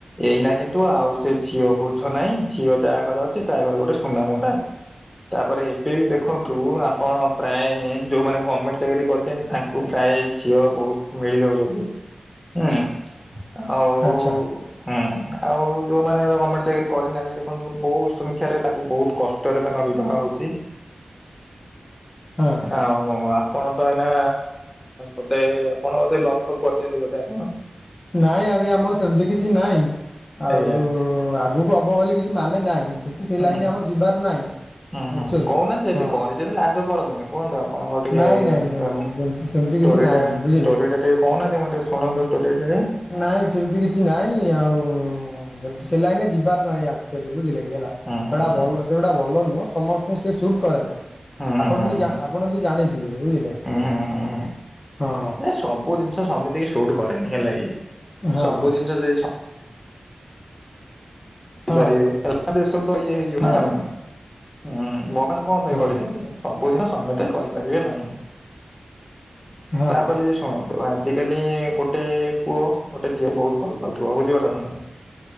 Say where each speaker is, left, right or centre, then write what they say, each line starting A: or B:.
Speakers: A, on the left; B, on the left.
A: ଏଇନା କିନ୍ତୁ ଆଉ ସେ ଝିଅ ବୁଝଛ ନାହିଁ ଝିଅ ଯାହା ଘରେ ଅଛି ତା ଘରେ ଗୋଟେ ସୁନା ମୁଣ୍ଡା। ତାପରେ ଏବେ ବି ଦେଖନ୍ତୁ ଆପଣ ପ୍ରାୟ ଯୋଉମାନେ ଗମେଣ୍ଟ ଚାକିରି କରିଛନ୍ତି ତାଙ୍କୁ ପ୍ରାୟ ଝିଅ ବହୁତ ମିଳି ଯାଉଛନ୍ତି। ହୁଁ ଆଉ
B: ଆଚ୍ଛା
A: ହୁଁ। ଆଉ ଯେଉଁମାନେ ଗମେଣ୍ଟ ଚାକିରି କରିନାହାନ୍ତି ଦେଖନ୍ତୁ ବହୁତ ସଂଖ୍ୟାରେ ତାଙ୍କୁ ବହୁତ କଷ୍ଟରେ ତାଙ୍କ ବିବାହ ହ ହୁଁ
B: ହଁ
A: ଆଉ। ଆପଣ ତ ଏଇନା ବୋଧେ ଆପଣ ବୋଧେ ଲପ ଫପ୍ କରିଛନ୍ତି ବୋଧେ ଆପଣ?
B: ନାଇଁ ଆଜ୍ଞା ଆମର ସେମତି କିଛି ନାଇଁ। ଆଉ
A: ଆଜ୍ଞା
B: ଆଗକୁ ହବ ବୋଲି କିଛି ମାନେ ନାହିଁ। ସେ
A: ହୁଁ
B: ଲାଇନ ଆମର ଯିବାର ନାହିଁ।
A: ହୁଁ ହୁଁ
B: ଆକ୍ଚୁଆଲି
A: କହୁନାହାନ୍ତି ଯଦି
B: ହଁ
A: କରି ଯଦି ଲାଜ କରନ୍ତୁନି କୁହନ୍ତୁ ଆପଣଙ୍କର ଟିକେ
B: ନାଇଁ ନାଇଁ ନାଇଁ
A: ପ୍ରେ
B: ନାଇଁ
A: ଷ୍ଟୋରି
B: ସେମିତି ସେମିତି କିଛି ନାହିଁ
A: ଷ୍ଟୋରି
B: ବୁଝିଲେ।
A: ଟା ଟିକେ କୋହୁନାହାନ୍ତି, ମୂଁ ଟିକିଏ ଶୁଣନ୍ତୁ? ଷ୍ଟୋରି ଟା ଟିକେ
B: ନାଇଁ ସେମିତି କିଛି ନାଇଁ, ଆଉ ସେ ସେ ଲାଇ ଯିବାର ନାହିଁ ଅକ୍ଚୂଆଲି। ବୁଝିଲେ କି ହେଲା
A: ହୁଁ ହୁଁ
B: ସେଟା
A: ହୁଁ
B: ଭଲ ସେଗୁଟା ଭଲ ନୁହଁ ସମସ୍ତଙ୍କୁ ସେ ସୁଟ୍ କରେ ନା।
A: ହୁଁ ହୁଁ
B: ଆପଣ
A: ହୁଁ
B: ବି ଆପଣ ବି ଜାଣିଥିବେ ବୁଝିଲେ?
A: ହୁଁ ହୁଁ ହୁଁ
B: ହଁ
A: ନା ସବୁ ଜିନିଷ ସେମିତିକ ସୁଟ କରେନି ହେଲା କିି
B: ହଁ।
A: ସବୁ ଜିନିଷ ଯ
B: ହଁ
A: ପାରିବେ ଦେଶ ତ ଇଏ ହେଇଯିବ
B: ହଁ
A: ନା? ନା କଣ ପାଇଁ
B: ହଁ
A: କରିଛନ୍ତି ସବୁ ଜିନିଷ ସମସ୍ତେ କରିପାରିବେ ନାହିଁ।
B: ହଁ।
A: ତାପରେ ବି ଶୁଣ ତ ଆଜିିକାଲି ଗୋଟେ ପୁଅ ଗୋଟେ ଝିଅ ବହୁତ ଭଲ ପାଉଥିବ ବୁଝିପାରୁଛ ନାଇଁ?